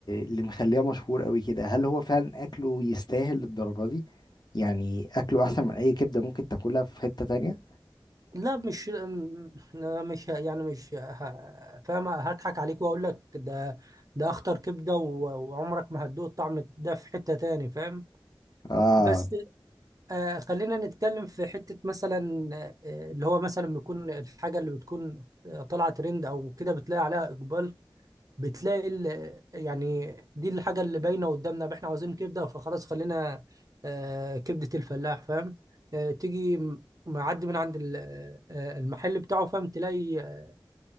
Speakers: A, on the left (about 55°); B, on the right (about 45°).
A: اللي مخليه مشهور قوي كده هل هو فعلا اكله يستاهل للدرجة دي يعني اكله احسن من اي كبدة ممكن تاكلها في حتة تانية
B: لا مش م- لا، مش ه- يعني مش ه- فاهم هضحك عليك واقول لك ده ده اخطر كبدة و... وعمرك ما هتدوق الطعم ده في حتة تاني فاهم
A: اه
B: بس آه خلينا نتكلم في حتة مثلا آه اللي هو مثلا بيكون الحاجة اللي بتكون آه، طالعة ترند أو كده بتلاقي عليها إقبال بتلاقي ال- يعني دي الحاجة اللي باينة قدامنا إحنا عاوزين كبدة فخلاص خلينا آه كبدة الفلاح فاهم آه تيجي م- معدي من عند ال- آه، آه، المحل بتاعه فاهم تلاقي آه،